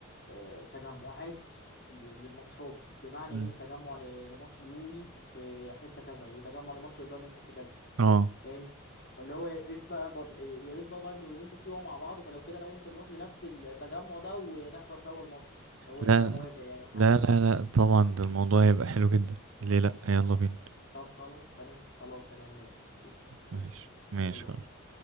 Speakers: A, on the left; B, on the right.
A: آه، تجمعات ل- للماتشات بمعنى
B: مم.
A: ايه تجمع ل- لماتش اليوفي في حته كذا وتجمع لماتش البايرن في حته كذا
B: اه
A: فاهم فاللي هو يا ريت بقى بر... يا ريت بقى بايرن ويوفنتوس يقعوا مع بعض فلو كده انا وانت نروح لنفس التجمع ده ونحضر سوا الماتش لو
B: لا
A: انت موافق يعني وحاجه
B: لا لا لا طبعا ده الموضوع هيبقى حلو جدا ليه لا يلا بينا
A: طب خلاص تمام خلاص تمام ماشي اوكي قشطه
B: ماشي ماشي
A: يلا
B: خلاص
A: بينا